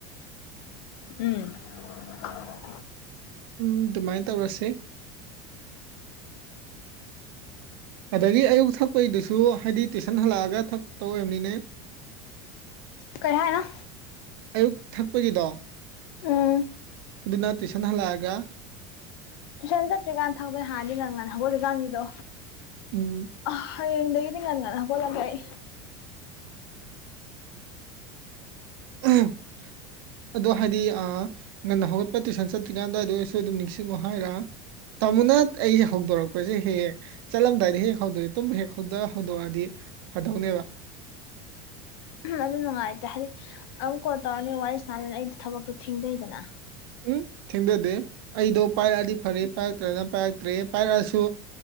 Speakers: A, on the left; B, on the right.
A: ꯎꯝ
B: ꯎꯝ ꯑꯗꯨꯃꯥꯏꯅ ꯇꯧꯔꯁꯦ ꯑꯗꯒꯤ ꯑꯌꯨꯛ ꯊꯛꯄꯒꯤꯗꯨꯁꯨ ꯍꯥꯏꯗꯤ ꯇꯨꯏꯁꯟ ꯍꯜꯂꯛꯑꯒ ꯊꯛꯄ ꯇꯧꯕꯅꯤꯅꯦ <inaudible>
A: ꯀꯌꯥꯅ
B: ꯑꯌꯨꯛ ꯊꯛꯄꯒꯤꯗꯣ
A: ꯎꯝ
B: ꯑꯗꯨꯅ ꯇꯨꯏꯁꯟ ꯍꯜꯂꯛꯑꯒ
A: ꯇꯨꯏꯁꯟ ꯆꯠꯇ꯭ꯔꯤꯀꯥꯟꯗ ꯊꯛꯄꯅꯦ ꯍꯥꯟꯗꯤ ꯉꯪꯒꯅ ꯍꯧꯒꯠꯂꯤꯀꯥꯟꯒꯤꯗꯣ
B: ꯎꯝ
A: ꯑ ꯍꯌꯦꯡꯗꯒꯤꯗꯤ ꯉꯟ ꯉꯟꯅ ꯍꯣꯠꯂꯒꯦ ꯑꯩ
B: ꯎ ꯑꯗꯣ ꯍꯥꯏꯗꯤ ꯉꯟꯅ ꯍꯧꯒꯠꯄ ꯇꯨꯏꯁꯟ ꯆꯠꯇ꯭ꯔꯤꯀꯥꯟꯗ ꯑꯩꯗꯣ ꯑꯩꯔꯁꯨ ꯑꯗꯨꯝ ꯅꯤꯡꯁꯤꯡꯉꯣ ꯍꯥꯏꯔ ꯇꯥꯃꯣꯅꯥꯠ ꯑꯩꯁꯦ ꯍꯧꯗꯣꯔꯛꯄꯁꯦ ꯍꯦꯛ ꯍꯦꯛ ꯆꯠꯂꯝꯗꯥꯏꯗꯤ ꯍꯦꯛ ꯍꯧꯗꯣꯛꯑꯦ ꯇꯨꯝ ꯍꯦꯛ ꯍꯧꯗ ꯍꯧꯗꯣꯛꯑꯗꯤ ꯐꯗꯧꯅꯦꯕ
A: ꯑꯗꯨ ꯅꯨꯡꯉꯥꯏꯇꯦ ꯍꯥꯏꯗꯤ ꯑꯃꯨꯛ ꯀꯣꯜ ꯇꯧꯔꯅꯤ ꯋꯥꯔꯤꯁꯅꯥꯅꯤꯅ ꯑꯩꯗꯤ ꯊꯕꯛꯇꯣ ꯊꯤꯡꯖꯩꯗꯅ
B: ꯎꯝ ꯊꯦꯡꯖꯗꯦ ꯑꯩꯗꯣ ꯄꯥꯏꯔꯛꯑꯗꯤ ꯐꯔꯦ ꯄꯥꯏꯔꯛꯇ꯭ꯔꯅ ꯄꯥꯏꯔꯛꯇ꯭ꯔꯦ ꯄꯥꯏꯔꯛꯑꯁꯨ